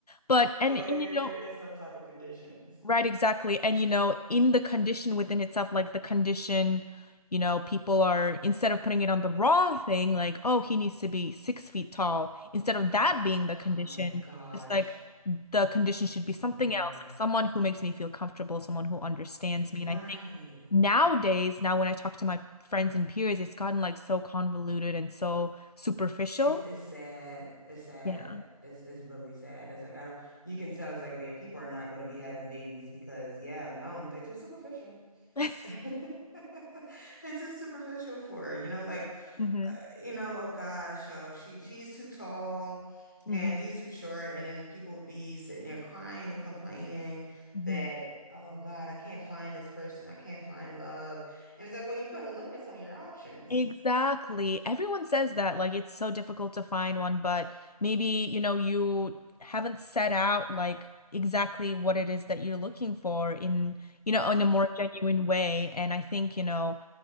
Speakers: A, on the left; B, on the left.
A: But
B: so
A: and,
B: like
A: and
B: there's
A: you know,
B: there is some type of conditions.
A: right, exactly, and you know, in the condition within itself, like the condition, you know, people are instead of putting it on the wrong thing, like oh, he needs to be six feet tall, instead of that being the condition,
B: Oh my gosh,
A: just like the condition should be something
B: Lord.
A: else, like someone who makes me feel comfortable, someone who understands me.
B: Right.
A: And I think nowadays, now when I talk to my friends and peers, it's gotten like so convoluted and so superficial.
B: It's it's sad. It's sad.
A: Yeah.
B: It's it's really sad. It's like I don't you can tell it's like, oh yeah, people are not gonna be having babies because yeah, no, they're too superficial.
A: <laughs>
B: <laughs> It's too superficial for her, you know, like,
A: hmm
B: uh, you know, oh gosh, oh she she's too tall, and
A: hmm
B: he's too short, and then people will be sitting there crying and complaining
A: hmm
B: that oh God, I can't find this person, I can't find love, and it's like, well, you're putting limits on your options.
A: Exactly. Everyone says that, like, it's so difficult to find one, but maybe, you know, you haven't set out like exactly what it is that you're looking for in, you know, in a more genuine way. And I think, you know,